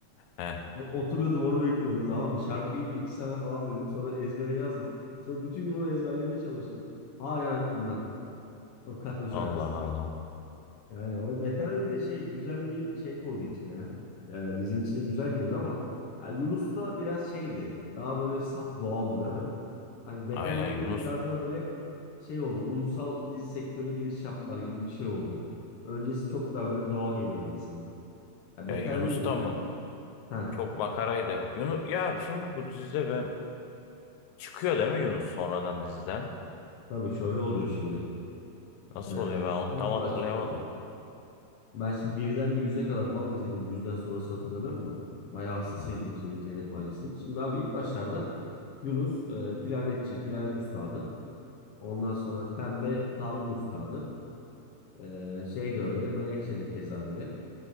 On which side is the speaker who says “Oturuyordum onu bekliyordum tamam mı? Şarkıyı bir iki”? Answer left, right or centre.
Left